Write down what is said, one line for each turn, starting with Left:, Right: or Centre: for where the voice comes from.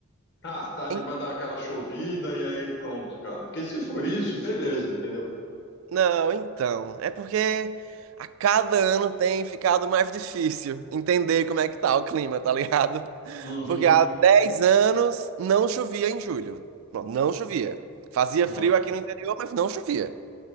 Left: ah, tarde
Right: En-
Left: vai dar aquela chovida e aí pronto, cara. Porque se for isso, beleza, entendeu?
Right: Não, então, é porque a cada ano tem ficado mais difícil entender como é que tá o clima, tá ligado? <laughs>
Left: Uhum,
Right: Porque há 10 anos não chovia em julho. Pronto, não chovia. Fazia
Left: uhum,
Right: frio aqui no interior, mas não chovia.